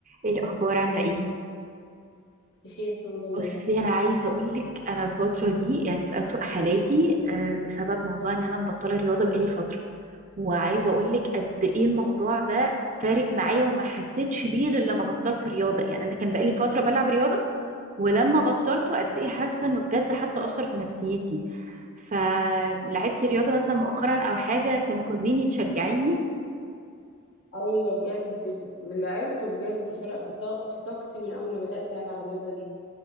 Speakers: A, on the right; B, on the left.
A: ايه الاخبار عامله ايه
B: بخير الحمد لله
A: بصي انا عايزه اقول لك انا الفتره دي يعني في اسوأ حالاتي آه، بسبب موضوع ان انا مبطله رياضه بقالي فتره وعايزه اقول لك قد ايه الموضوع ده فارق معايا وما حسيتش بيه غير لما بطلت رياضه يعني انا كان بقالي فتره بلعب رياضه ولما بطلته قد ايه حاسه انه بجد حتى اثر في نفسيتي فلعبتي رياضه مثلا مؤخرا او حاجه تنقذيني تشجعيني
B: ايوه بجد اللي عرفته بجد فرق في طا- في طاقتي من اول ما بدات العب الرياضه دي